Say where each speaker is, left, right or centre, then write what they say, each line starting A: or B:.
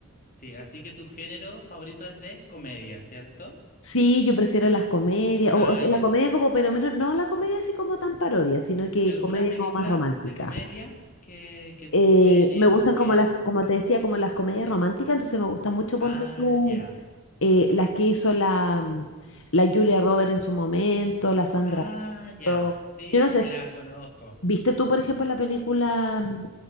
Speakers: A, on the left (about 40°); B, on the left (about 65°).
A: Sí, así que tu género favorito es de comedia, ¿cierto?
B: Sí, yo prefiero las comedias,
A: Ah,
B: o, o
A: ya.
B: la comedia como, pero menos, no la comedia así como tan parodia, sino que
A: ¿Y alguna
B: comedia
A: película
B: como más romántica.
A: de comedia que, que te
B: Eh,
A: suene
B: me gustan
A: o que
B: como las,
A: te ha gustado?
B: como te decía, como las comedias románticas, entonces me gustan mucho, ponte
A: Ah,
B: tú,
A: ya.
B: eh, las que hizo la, mm, la Julia Roberts en su momento, la Sandra
A: Ah, ya.
B: Bullock.
A: Sí,
B: Yo no
A: sí,
B: sé,
A: la conozco.
B: ¿viste tú, por ejemplo, la película mm,